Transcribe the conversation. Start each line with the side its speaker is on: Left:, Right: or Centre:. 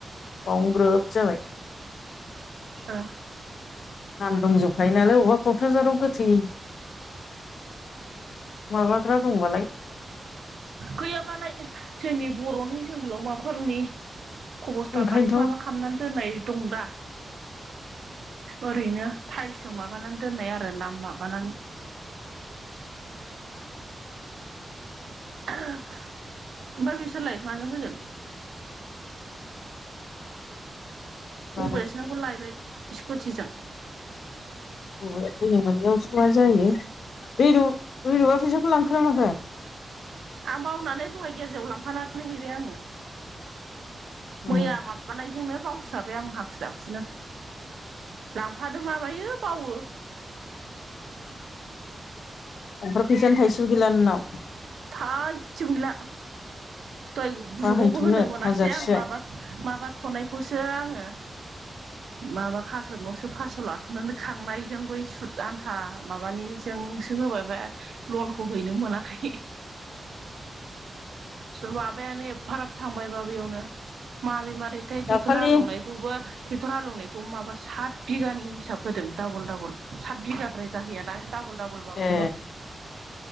Left: बावनो ग्रोब जाबाय।
Right: ओ
Left: नाम दंजोबखायो नालाय अबेबा क'क्राझाराव गोथै माबाग्रा दंबालाय
Right: गैयाबालाय जोंनि बर'नि जोहोलाव माबाफोरनि अबस्थान
Left: ओंखायनोथ'
Right: बायदि माबा खालामनानै दोननाय दं दा ओरैनो फाइल्सजों माबानानै दोननाय आरो नामाम बानानै ओमफ्राय बिसोरलाय माजों फैगोन?
Left: बारा
Right: अबायासो नोंखौ लायबाय स्कुटिजों।
Left: <unintelligible> मा जायो दैरु दैरबा फैसाखौ लांखोना माखो?
Right: आं बावनानै दहाय गेर्जायाव लांफानानै हैबाय आङो
Left: उम
Right: मैया माबानायजोंनो बावस्राबाय आं हाखु दाखुनो। लांफादो माबायो बावो
Left: ओमफ्राय फैसायानो थाइसेबो गैला नोंनाव
Right: थायसेबो गैला दहाय ग्रुबावबो
Left: बाहायथ'नो
Right: होनो मोनासै
Left: हाजारसेया
Right: आं माबा माबा थ'नायखौसो आङो माबा खाख्रेबनावसो फासस' ला थनानै खांनायजों बै सुद आन्था माबानिजों होबायबा लनखौ हैनो मोनाखै माबायानो एफाराब थांबाय बा बेयावनो मारै मारैथाय
Left: दाखालि
Right: ट्रेक्टर हालौनाय खौबो ट्रेक्टर हालौनायखौबो माबा सात बिगानि हिसाब होदों दाबल दाबल सात बिघा द्राय जाहैया ना डाबल डाबलबाबोथ'
Left: ए